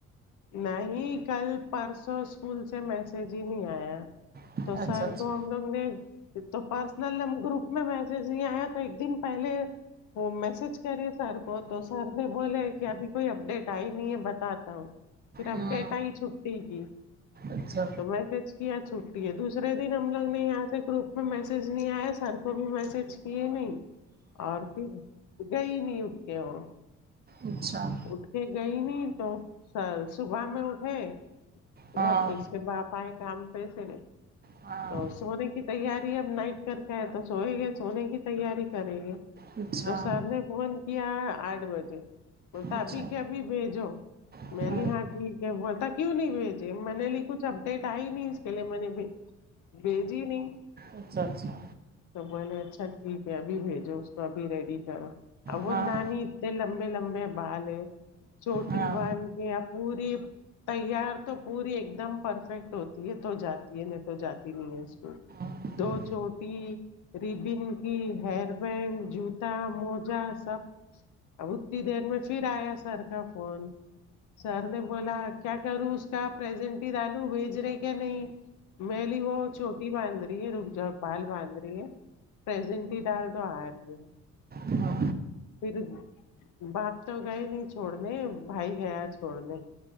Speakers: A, on the left; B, on the right.
A: نہیں کل پرسوں اسکول سے میسج ہی نہیں آیا
B: اچھا
A: تو سر
B: اچھا
A: کو ہم لوگ نے تو پرسنل ہم گروپ میں میسج نہیں آیا تو ایک دن پہلے وہ میسج کریے سر کو تو سر نے بولے کہ ابھی کوئی اپڈیٹ آئی نہیں ہے بتاتا ہوں پھر اپ
B: ہاں
A: ڈیٹ آئی چھٹی کی
B: اچھا
A: تو میسج کیا چھٹی ہے دوسرے دن ہم لوگ نے یہاں سے گروپ میں میسج نہیں آیا سر کو بھی میسج کی نہیں اور پھر گئی نہیں اٹھ کے وہ
B: اچھا
A: اٹھ کے گئی نہیں تو صبح میں اٹھے
B: ہاں اچھا ہاں
A: را ب باپ آئے کام پہ سے
B: ہاں
A: تو سونے کت تیاری اب نائٹ کر کے ہے تو سوئیں گے سونے کی تیاری کریں گے
B: اچھا
A: تو سر نے فون کیا آٹھ بجے بول تا
B: اچھا
A: ابھی کے ابھی بھیجو
B: اچھا
A: میں لی ہاں ٹھیک ہے بولتا کیوں نہیں بھیجے میں نے لی کچھ اپڈیٹ ائی نہیں اس کے لیے میں نے بھی بیجی نہیں
B: اچھا اچھا
A: تو بولے اچھا ٹھیک ہے ابھی بھیجو اس کو ابھی ریڈی کرو وہ
B: ہاں
A: نانی اتنے لمبے لمبے بال ہے چوٹی
B: ہاں
A: بن کے یا پوری تیار تو پوری ایک دم پرفیکٹ ہوتی ہے تو جاتی ہے نہیں تو جاتی نہیں ہے اس کو
B: ہاں
A: دو چوٹی ربن کی ہیر بینڈ جوتا موجا سب اب اتنی دیر میں پھر آیا سر کا فون سر نے بولا کیا کروں اس کا پرسنٹ ہی ڈالوں بھیج رہے کیا نہیں میں بولی وہ چھوٹی باندھ رہی ہے رک جاؤ بال باندھ رہی ہے پرسنٹ ہی ڈال تو آ رہی ہے
B: ہاں
A: پھر باپ تو گئے نہیں چھوڑنے بھائی گیا چھوڑنے